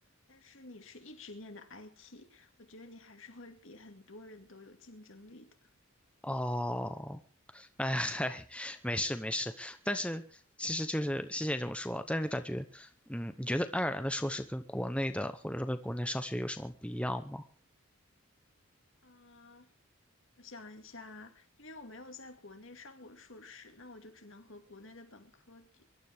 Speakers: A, on the left (about 65°); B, in the centre.
A: 但是你是一直念的 IT，我觉得你还是会比很多人都有竞争力的。
B: 哦，哎嗨，<laughs> 没事没事，但是其实就是谢谢你这么说啊，但是感觉，嗯，你觉得爱尔兰的硕士跟国内的或者说跟国内上学有什么不一样吗？
A: 嗯，我想一下，因为我没有在国内上过硕士，那我就只能和国内的本科比。